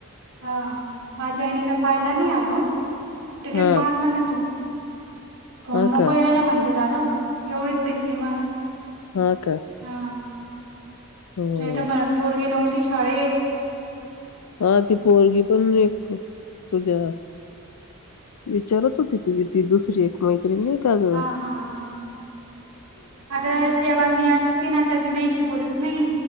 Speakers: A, on the right; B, on the left.
A: हा माझ्या आईनी काय पाहिला नाही अजून डिलीट
B: हा
A: मारला मी तो फोन
B: हा
A: नको
B: का
A: यायला म्हणजे झालं, एवढीच भीतीए मला
B: हा का?
A: हा
B: हं.
A: नाही तर म्हणल, पोरगी नव्हती शाळेत,
B: हा ती पोरगी... पण एक तुझ्या विचारत होती तुझी ती दुसरी एक मैत्री नाई का गं
A: हा हा हा अगं जेव्हा मी असती ना, तर ती मयाशी बोलत नई.